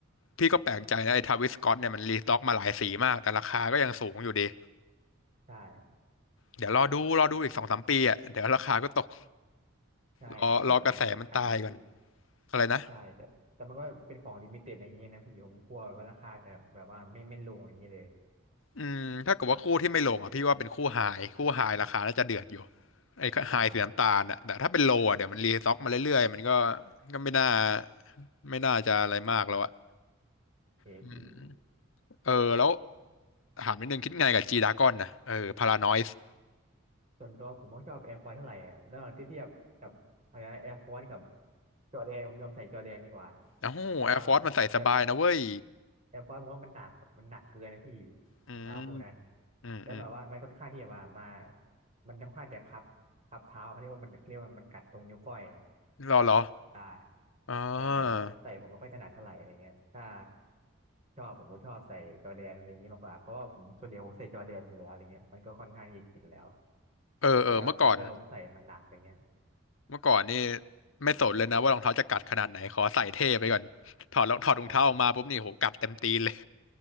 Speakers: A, on the left (about 65°); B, on the right (about 35°).
A: พี่ก็แปลกใจนะไอ้ทาวิสสก็อตเนี่ยมันรีสต็อกมาหลายสีมากแต่ราคาก็ยังสูงอยู่ดี
B: ใช่
A: เดี๋ยวรอดูรอดูอีกสองสามปีอ่ะเดี๋ยวราคาก็ตก
B: ใช่แล้วมันก็ขายจำกัดนะพี่
A: รอรอกระแสมันตายก่อนอะไรนะ
B: ใช่แต่แต่มันก็เป็นของลิมิเต็ดอะไรอย่างเงี้ยนะพี่ผมกลัวว่าราคาเนี่ยแบบว่าไม่ไม่ลงอย่างเงี้ยเลย
A: อืมถ้าเกิดว่าคู่ที่ไม่ลงอ่ะพี่ว่าเป็นคู่ไฮคู่ไฮราคาน่าจะเดือดอยู่ไอ้ไฮสีน้ำตาลอ่ะแต่ถ้าเป็นโลอ่ะเดี๋ยวมันรีซ็อกมาเรื่อยๆมันก็
B: ใช่
A: ก็ไม่น่าไม่น่าจะอะไรมากแล้วอ่ะ
B: โอเฮพี่
A: อืมเออแล้วถามนิดนึงคิดไงกับจีดากอนนะเออพารานอยส์
B: ส่วนตัวผมก็ชอบแอร์ฟอร์เท่าไหร่อ่ะแล้วที่เทียบกับอะไรนะแอร์ฟอร์กับจอร์แดนผมยอมใส่จอร์แดนดีกว่า
A: โอ้โหแอร์ฟอร์สมันใส่สบายนะเว้ย
B: เพราะว่าแอร์แอร์ฟอร์ผมว่ามันหนักมันหนักเกินนะพี่
A: อืม
B: รองเท้าคู่นั้น
A: อืมอืม
B: แล้วแบบว่ามันค่อนข้างที่จะมามามันค่อนข้างจะคับคับเท้าเขาเรียกว่ามันเขาเรียกว่ามันกัดตรงนิ้วก้อยอ่ะ
A: รอเหรอ
B: ใช่
A: อ่า
B: ใช่เวลาผมใส่ผมไม่ค่อยถนัดเท่าไหร่อะไรเงี้ยถ้าชอบผมก็ชอบใส่จอร์แดนอะไรอย่างนี้มากกว่าเพราะว่าผมส่วนใหญ่ผมใส่จอร์แดนอยู่แล้วอะไรเงี้ยมันก็ค่อนข้างที่จะชินแล้ว
A: เออเออเมื่อก่อน
B: แต่แอร์ฟอร์เวลาผมใส่มันหนักอะไรเงี้ย
A: เมื่อก่อนนี่ไม่สนเลยนะว่ารองเท้าจะกัดขนาดไหนขอใส่เท่ไปก่อน <laughs> ถอดรองถอดรองเท้าออกมาปุ๊บนี่โหกัดเต็มตีนเลย
B: ใช่